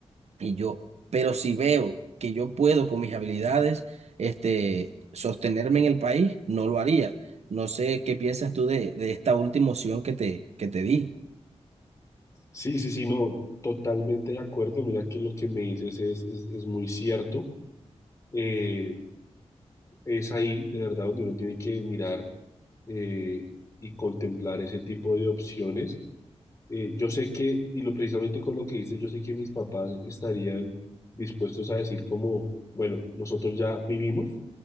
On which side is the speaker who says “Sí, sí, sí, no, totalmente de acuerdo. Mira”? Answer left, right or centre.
Left